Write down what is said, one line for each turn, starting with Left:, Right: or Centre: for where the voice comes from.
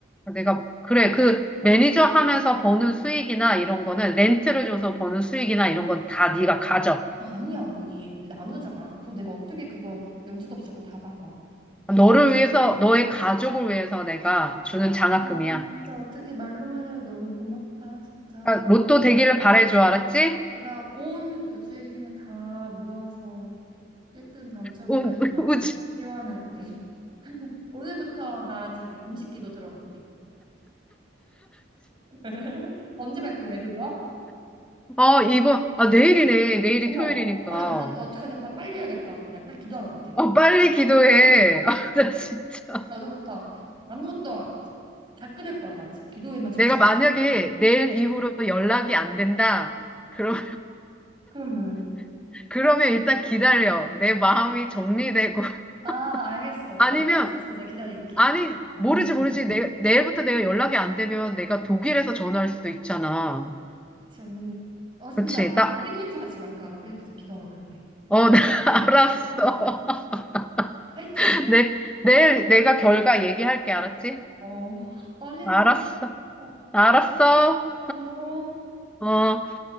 Centre: 내가 그래 그 매니저 하면서 버는 수익이나 이런 거는 렌트를 줘서 버는 수익이나 이런 건 다 네가 가져.
Right: 아니야 언니 우리 나누자. 그 내가 어떻게 그거 염치도 없이 그걸 다 받아.
Centre: 너를 위해서 너의 가족을 위해서 내가 주는 장학금이야.
Right: 어, 진짜 어떻게 말로만 해도 너무 고맙다. 진짜
Centre: 아,
Right: 감
Centre: 로또 되기를 바래줘, 알았지?
Right: 내가 온 우주의 힘을 다 모아서 1등 당첨을
Centre: 우, 우,
Right: 내가
Centre: 우,
Right: 기원할게. <laughs> 오늘부터 나 저기 금식기도 들어갈게. <laughs> 언제 발표해 그거?
Centre: 어 이번, 아, 내일이네. 내일이
Right: 어머,
Centre: 토요일이니까.
Right: 아, 나 늦었다. 어떡하냐. 빠- 빨리 해야겠다 언니. 나 빨리 기도하러 갈게.
Centre: 어, 빨리 기도해. <laughs> 아, 나 진짜.
Right: 나 오늘부터 아무것도 다 끊을 거야 나 지금 기도에만 집중.
Centre: 내가 만약에 내일 이후로 연락이 안 된다. 그럼,
Right: 그러면은
Centre: <laughs> 그러면 일단 기다려. 내 마음이 정리되고. <laughs>
Right: 아 알겠어.
Centre: 아니면,
Right: 언제든지 이제 기다릴게.
Centre: 아니,
Right: 언제든지.
Centre: 모르지, 모르지. 내, 내일부터 내가 연락이 안 되면 내가 독일에서 전화할 수도 있잖아.
Right: 그치 언니. 어, 근데
Centre: 그치.
Right: 나 지금
Centre: 나,
Right: 1분 1초가 지금 아까 나 빨리 지금 기도하러 가야 돼.
Centre: 어, <laughs> 나
Right: 어.
Centre: 알았어.
Right: 화이팅.
Centre: <laughs> 내, 내일 내가 결과 얘기할게, 알았지?
Right: 어, 떨린다.
Centre: 알았어.
Right: 어.
Centre: 알았어.
Right: 어.
Centre: 어.